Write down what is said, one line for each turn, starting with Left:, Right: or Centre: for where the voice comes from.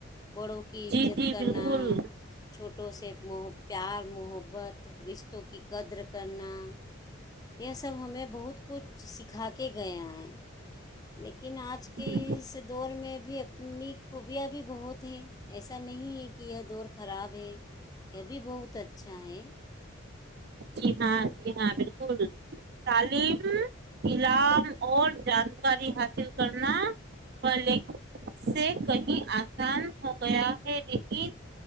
Left: بڑوں کی عزت
Right: جی جی
Left: کرنا
Right: بالکل
Left: فوٹو سے ار محبت رشتوں کی قدر کرنا یہ سب ہمیں بہت کچھ سکھا کے گیا ہے ل لیکن آج کے
Right: جی
Left: دور میں بھی اپنی خوبیاں بھی بہت ہیں ایسا نہیں ہے کہ یہ دور خراب یہ بھی بہت اچھا ہے
Right: جی ہاں جی ہاں بالکل تعلیم علام اور جانکاری حاصل کرنا پلے سے کہیں آسان ہو گیا ہے لیکن